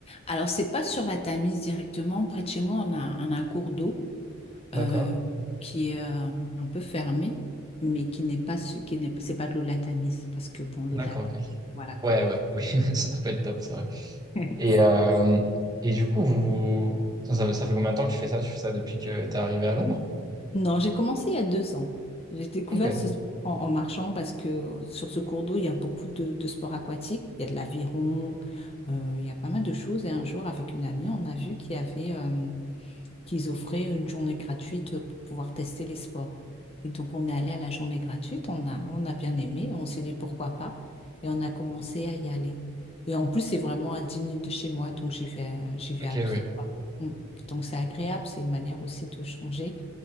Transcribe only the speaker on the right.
D'accord.
D'accord,
ok.
Ouais, ouais, <laughs> oui, ça peut être top, c'est vrai.
Et, euh, et du coup, vous... ça, ça ça fait combien de temps que tu fais ça? Tu fais ça depuis que t'es arrivé à Londres?
Ok,
ok,
oui.